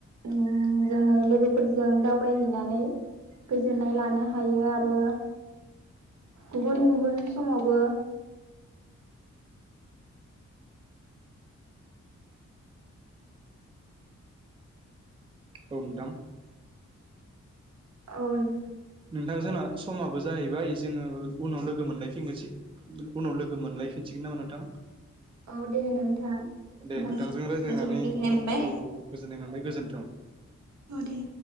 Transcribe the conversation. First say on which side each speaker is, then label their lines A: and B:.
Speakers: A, on the right; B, on the right.
A: उम जोङो लोगो फोरजों दावबाय हैनानै गोजोननाय लानो हायो आरो गुबुन गुबुन समावबो
B: औ नोंथां
A: ओन <unintelligible>
B: नोंथां जोंना समाबो जाहैबाय जोङो उनाव लोगो मोनलाय फिननोसै उनाव लोगो मोनलाय फिनसिगोन नामा नोंथां?
A: औ दे नोंथां। नोंथां
B: दे नोंथांजों
A: जोबोद
B: रायज्लाय नानै
A: गोजोननाय
B: औ
A: मोनबाय
B: गोजोननाय मोनबाय गोजोन्थों।
A: ओ दे।